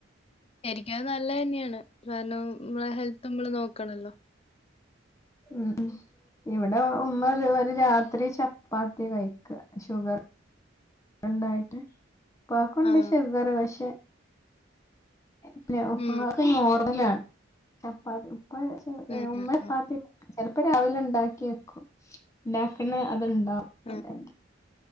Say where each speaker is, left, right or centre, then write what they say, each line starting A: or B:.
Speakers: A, on the left (about 30°); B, on the left (about 15°).
A: ശരിക്കും അത് നല്ലത് തന്നെയാണ് കാരണം നമ്മളെ ഹെൽത്ത് നമ്മള് നോക്കണല്ലോ
B: ഉം ഇവടെ ഉമ്മ ഒരു രാത്രി ചപ്പാത്തി കഴിക്കാ ഷുഗർ ഉണ്ടായിട്ട് ഇപാക്കുണ്ട്
A: ആ
B: ശുഗർ പക്ഷെ പിന്നെ ഉപ്പാക്ക്
A: ഉം
B: നോർമലാണ് ചപ്പാത്തി ഉപ്പ
A: ഉം
B: ഉമ്മ
A: ഉം,
B: ചപ്പാത്തി
A: ഉം,
B: ചിലപ്പോ രാവിലെ ഉണ്ടാക്കി വെക്കും ഉണ്ടാക്കുന്നെ അത്ണ്ടാവും
A: ഉം.
B: അല്ലെങ്കിൽ